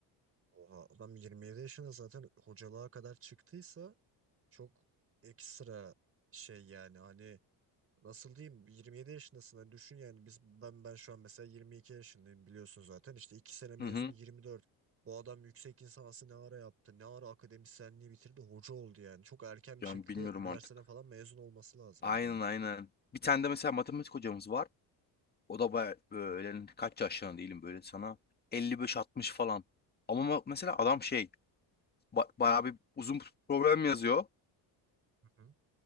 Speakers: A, on the right; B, on the left.
A: Oha adam 27 yaşında zaten hocalığa kadar çıktıysa çok ekstra şey yani hani nasıl diyeyim 27 yaşındasın hani düşün yani biz ben ben şu an mesela 22 yaşındayım biliyorsun zaten işte 2 sene mezun
B: Hı hı.
A: 24. Bu adam yüksek lisansı ne ara yaptı ne ara akademisyenliği bitirdi hoca oldu yani çok erken bir
B: Yani
A: şekilde
B: bilmiyorum
A: üniversiteden
B: artık.
A: falan mezun olması lazım
B: Aynen
A: o adamın.
B: aynen. Bir tane de mesela matematik hocamız var. O da baya- böyle kaç yaşlarında değilim böyle sana elli beş altmış falan. Ama ma- mesela adam şey ba- bayağı bir uzun problem yazıyor.
A: Hı hı.